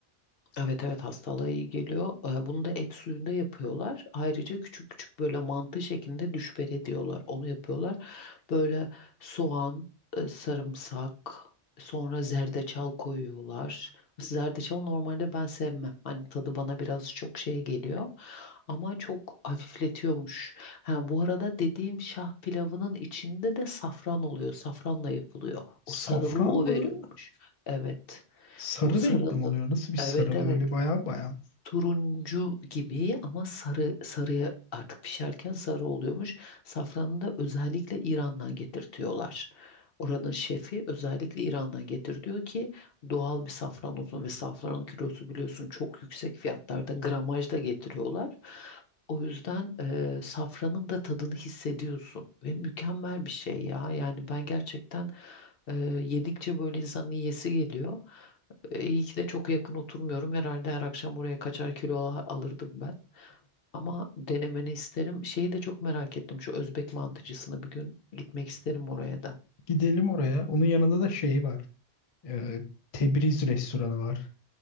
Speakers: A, on the left; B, on the left.
A: Evet evet hastalığa iyi geliyor. Ee, Bunu da et suyunda yapıyorlar. Ayrıca küçük küçük böyle mantı şeklinde düşber ediyorlar. Onu yapıyorlar. Böyle soğan, e, sarımsak, sonra zerdeçal koyuyorlar. Zerdeçal normalde ben sevmem. Hani tadı bana biraz çok şey geliyor. Ama çok hafifletiyormuş. Ha, bu arada dediğim şah pilavının içinde de safran oluyor. Safranla yapılıyor.
B: Safran
A: O sarılığı o
B: mı?
A: veriyormuş. Evet.
B: Sarı
A: O sarılığı.
B: renkli mi oluyor? Nasıl bir sarı
A: Evet evet
B: böyle baya baya.
A: turuncu gibi ama sarı sarıya artık pişerken sarı oluyormuş. Safranı da özellikle İran'dan getirtiyorlar. Oranın şefi özellikle İran'dan getir diyor ki doğal bir safran olsun ve safranın kilosu biliyorsun çok yüksek fiyatlarda gramajda getiriyorlar. O yüzden e, safranın da tadını hissediyorsun ve mükemmel bir şey ya. Yani ben gerçekten e, yedikçe böyle insanın yiyesi geliyor. E, İyi ki de çok yakın oturmuyorum. Herhalde her akşam buraya kaçar kilo al- alırdım ben. Ama denemeni isterim. Şeyi de çok merak ettim. Şu Özbek mantıcısını bir gün gitmek isterim oraya da.
B: Gidelim oraya. Onun yanında da şey var. Ee, Tebriz restoranı var.